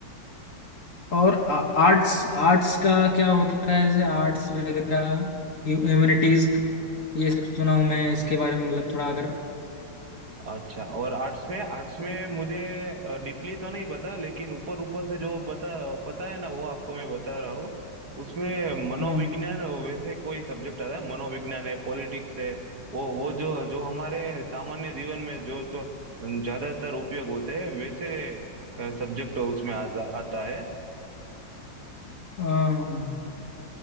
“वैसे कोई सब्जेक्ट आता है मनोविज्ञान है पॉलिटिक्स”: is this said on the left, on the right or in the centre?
Right